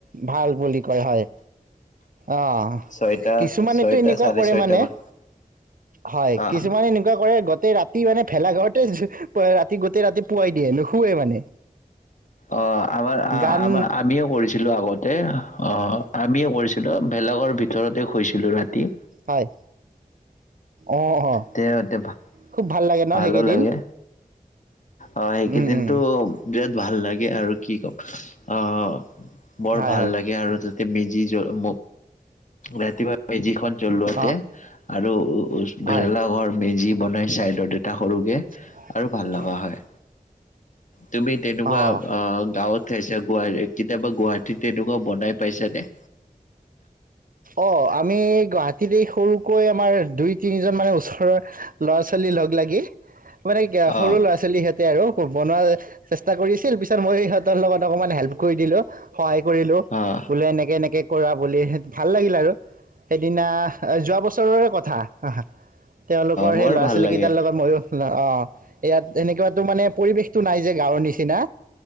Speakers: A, on the right; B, on the left.
A: ভাল বুলি কয় হয় অ
B: ছয়টা
A: কিছুমানেতো
B: ছয়টা
A: এনেকুৱা
B: চাৰে
A: কৰে
B: ছয়টা
A: মানে
B: মান
A: হয়
B: অ
A: কিছুমানে এনেকুৱা কৰে গোটেই ৰাতি মানে ভেলাঘৰত ৰাতি গোতেই ৰাতি পুৱাই দিয়ে নোশুৱে মানে
B: অ আমাৰ
A: গান
B: আমাৰ আমিও কৰিছিলোঁ আগত আমিয়ে কৰিছিলোঁ ভেলা ঘৰ ভিতৰতে শুইছিলোঁ ৰাতি
A: হয় অ অ
B: তেহঁতে ভা-
A: খুব ভাল লাগে ন
B: ভালো
A: সেইকেইদিন
B: লাগে অ সেইকেইদিনো
A: উম, উম,
B: বিৰাট ভাল লাগে আৰু কি কম অ অ বৰ
A: হয়,
B: ভাল
A: হয়,
B: লাগে আৰু তাতে মেজি জ উ ৰাতিপুৱা মেজিখন জ্বলোৱাতে
A: অ',
B: আৰু উ
A: হয়,
B: ভেলেলা ঘৰ মেজিপ বনাই চাইডত এটা সৰুকে
A: <unintelligible>
B: আৰু ভাল লগা হয় তুমি তেনেকুৱা
A: অ'।
B: গাঁৱত খাইছে গুৱাহাট কেতিয়াবা গুৱাহাটীত তেনেকুৱা বনাই পাইছে নে
A: অ আমি গুৱাহাটীতে সৰুকৈ আমাৰ দুই তিনিজন মানে ওচৰৰ ল'ৰা ছোৱালী লগ লাগি মানে সৰু
B: অ
A: ল'ৰা ছোৱালী সহেঁতে আৰু বনোৱাৰ চেষ্টা কৰি আছিল পিছ তৰ মই ইহঁতৰ লগত অকমান হেল্প কৰি দিলো সহায় কৰিলো
B: অ
A: বোলো এনেকে এনেকে কৰা বুলি ভাল লাগিল আৰু সেইদিনা যোৱা বছৰৰে কথা হাঁ হাঁ তেওঁলোকৰ
B: বৰ
A: সেই ল'ৰা
B: ভাল
A: ছোৱালীকেইটাৰ
B: লাগে
A: লগত মইয়ো অঁ ইয়াত এনেকুৱাতো মানে পৰিৱেশ টো নাই যে গাঁৱৰ নিচিনা